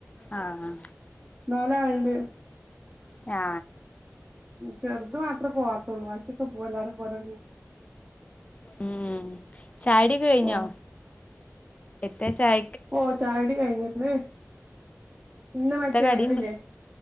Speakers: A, on the left; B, on the right.
A: ആഹ് ആഹ്
B: നാലാൾണ്ട്
A: ഞാ
B: ചെർത് മാത്രേ പോവാത്തുള്ളു ബാക്കിയൊക്കെപോവാ എല്ലാരുംപോവാലൊട്ങ്ങി
A: ഉം ചായുടിക്കെകഴിഞ്ഞോ
B: ഓ
A: എത്തെ ചായ
B: ഓ ചായുടികഴിഞ് ഇന്ന് ഇന്ന് മറ്റേഇതില്ലേ
A: എത്ത കടിയുണ്ട്